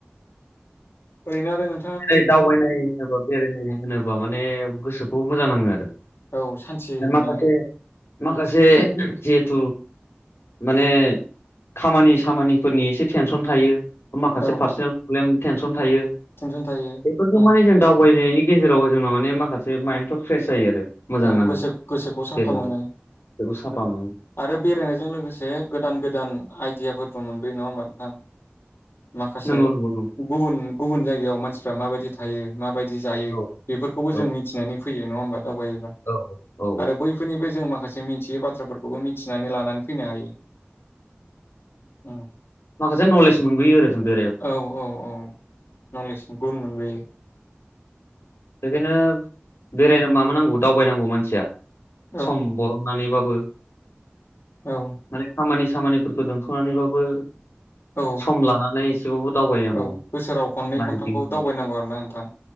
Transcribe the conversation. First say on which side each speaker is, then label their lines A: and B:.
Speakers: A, on the left; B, on the left.
A: ओरैनो आरो नों
B: जेरै दावबायनाय होनोबा बेरायनाय होनोबा माने गोसोखौ मोजां नाङो आरो
A: औ सान्थि मोनो
B: माखासे माखासे जिहेथु माने खामानि सामानिफोरनि एसे टेनसन थायो माखासे
A: औ
B: पार्सनेल प्रब्लेम थेनसन थायो
A: टेनसन थायो
B: बेफोरखौ
A: उम
B: माने जों दाबायनायनि गेजेराव जों माने माखासे माइन्दनथ'फ्रा फ्रेस जायो आरो मोजां
A: औ
B: नाङो
A: गोसो गोसोखौ साफा
B: बेरायनो
A: मोनो
B: बेखौ साफा
A: औ
B: मोनो
A: आरो बेरायनायजों लोगोसे गोदान गोदान आइदियाफोर मोनबोयो नङा होमबा नोंथां माखासे
B: नंगौ नंगौ नंगौ
A: गुबुन गुबुन जायगायाव मानसि रा माबायदि थायो माबायदि बिदि जायो
B: औ
A: बेफोरखौबो
B: औ
A: जों मिथिनानै फैयो नङा होंनबा दावबाय आरो
B: औ औ
A: बैफोरनि बे जों माखा माखासे मिथियै बाथ्राफोरखौबो मिथिनानै लानानै फैनो हायो उम
B: माखासे नलेज मोनबोयो आरो जों बे
A: औ औ औ नलेजनि गुन मोनबोयो
B: बिदिनो बेरायनो मा मा नांगौ दावबायनांगौ मानसिया
A: औ
B: सम बरननानैबाबो <unintelligible>
A: औ
B: माने खामानि खामानिफोरखौ दोनथ'नानैबाबो
A: औ
B: सम लानानै एसेबाबो दावबायनांगौ
A: औ बोसोराव खननै
B: नायदिंनांगौ
A: खनथामखौ दावबायनांगौ आरो ना नोंथां